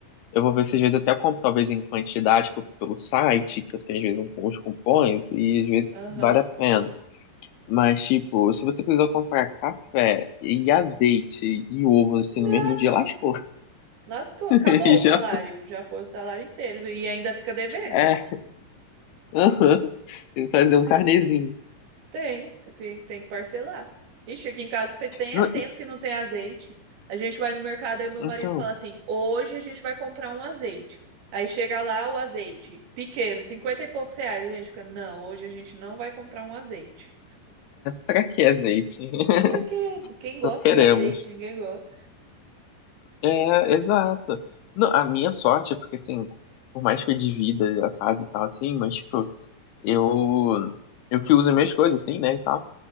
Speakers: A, on the left (about 80°); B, on the right (about 80°).
A: Eu vou ver se às vezes até eu compro, talvez em quantidade tipo, pelo site, que eu tenho às vezes um- uns cupons, e às vezes
B: Aham.
A: vale a pena. Mas, tipo, se você precisar comprar café e azeite e ovo, assim,
B: Ah,
A: no mesmo dia,
B: pronto.
A: lascou.
B: Lascou, acabou
A: <laughs> E
B: o
A: já.
B: salário, já foi o salário inteiro e ainda fica devendo.
A: É. aham, Tem que
B: <laughs>
A: fazer um
B: Devendo.
A: carnezinho.
B: Tem, você fi- tem que parcelar. Ixi, aqui em casa fe- tem
A: Não,
B: é tempo
A: e-
B: que não tem azeite. A gente vai no mercado e o meu
A: então,
B: marido fala assim: hoje a gente vai comprar um azeite. Aí chega lá o azeite pequeno, 50 e poucos reais. A gente fica: não, hoje a gente não vai comprar um azeite.
A: pra que azeite? <laughs>
B: Pra quê? Quem gosta
A: Não queremos.
B: de azeite? Ninguém gosta.
A: É, exato. Não, a minha sorte é porque, assim, por mais que eu divida a casa e tal, assim, mas, tipo, eu, eu que uso as minhas coisas, assim, né, e tal.